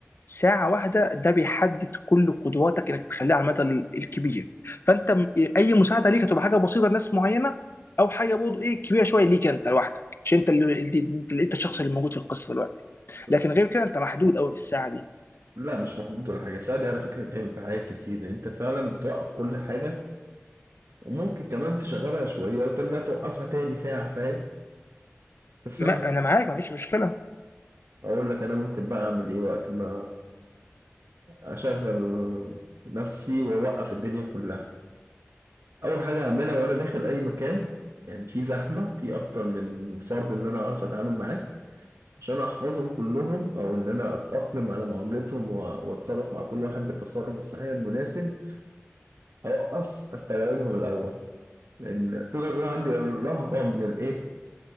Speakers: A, on the left; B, on the right.
A: ساعة واحدة ده بيحدد كل قدراتك انك تخليها على المدى الكبير فانت م- اي مساعدة ليك هتبقى حاجة بسيطة لناس معينة او حاجة برضه ايه كبيرة شوية ليك انت لوحدك مش انت اللي اللي- انت الشخص اللي موجود في القصة دلوقتي
B: بس
A: لكن غير كده انت محدود قوي في الساعة دي
B: لا مش محدود ولا حاجه الساعه دي على فكره بتعمل في حاجات كتير انت فعلا بتوقف كل حاجه وممكن كمان تشغلها شويه وترجع توقفها تاني ساعه فاهم بس
A: لا
B: انا
A: انا معاك ما فيش مشكلة
B: هقول لك انا ممكن بقى اعمل ايه وقت ما أشغل نفسي وأوقف الدنيا كلها أول حاجة أعملها وأنا داخل أي مكان يعني في زحمة في أكتر من فرد إن أنا أعرف أتعامل معاه عشان أحفظهم كلهم أو إن أنا أتأقلم على معاملتهم و- وأتصرف مع كل واحد بالتصرف الصحيح المناسب أوقف أستوعبهم الأول لأن تقدر تقول عندي رهبة من الإيه